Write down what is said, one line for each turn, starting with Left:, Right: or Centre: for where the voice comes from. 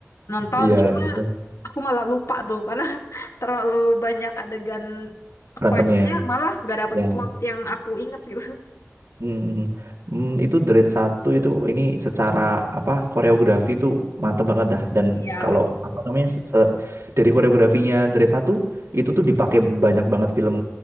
Left: nonton,
Right: Iya,
Left: cuma
Right: itu
Left: aku malah lupa tuh, karena <laughs> terlalu banyak adegan
Right: berantemnya
Left: fight-nya,
Right: ya.
Left: malah gak dapet
Right: Ya
Left: plot yang aku inget gitu.
Right: Mm, mm, itu Dread satu itu ini secara apa koreografi itu mantep banget dah dan
Left: Iya,
Right: kalau apa namanya se- se- dari koreografinya Dread satu itu tuh dipakai banyak banget film